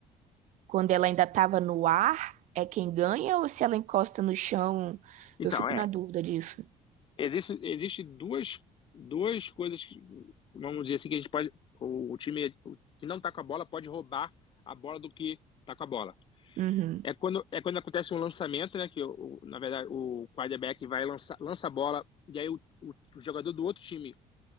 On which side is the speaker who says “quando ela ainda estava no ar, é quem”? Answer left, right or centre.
Right